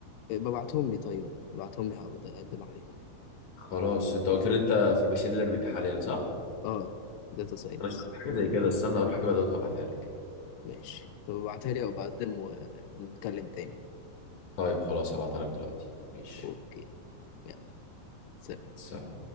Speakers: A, on the left; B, on the left.
A: ببعتهم لي طيب ببعتهم لي هبقى اقدم عليهم
B: خلاص انت قلت لي انت في الماشين ليرنينج حاليا صح
A: اه داتا ساينس
B: انا شفت حاجه زي كده استنى هروح اجيبها دلوقتي وابعتها لك
A: ماشي طب ابعتها لي او بقدم ونتكلم تاني
B: طيب خلاص هبعتها لك دلوقتي ماشي
A: اوكي يلا سلام.
B: سلام